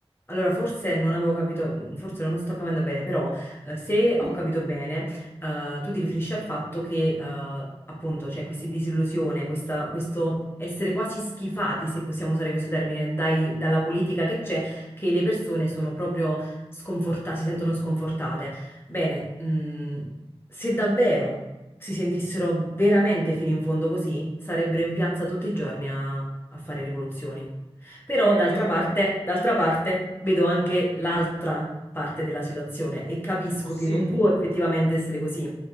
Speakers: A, on the left; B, on the left.
A: Allora, forse non avevo capito, forse non sto capendo bene, però eh, se ho
B: Mm.
A: capito bene, eh, tu ti riferisci al fatto che eh, appunto c'è questa disillusione, questa- questo essere quasi schifati, se possiamo usare questo termine, dai- dalla politica che c'è, che le persone sono proprio sconfortate, si sentono sconfortate. Bene, mh, se davvero si sentissero veramente fino in fondo così, sarebbero in piazza tutti i giorni a a fare rivoluzioni. Però
B: Eh,
A: d'altra parte, d'altra parte
B: eh,
A: vedo anche l'altra parte della situazione e capisco
B: ossia?
A: che non può effettivamente essere così